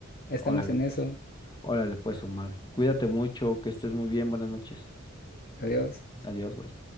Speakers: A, on the left; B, on the left.
A: estamos
B: Órale,
A: en
B: pues.
A: eso.
B: Órale, pues, Omar. Cuídate mucho, que estés muy bien. Buenas noches.
A: Adiós.
B: Adiós, bye.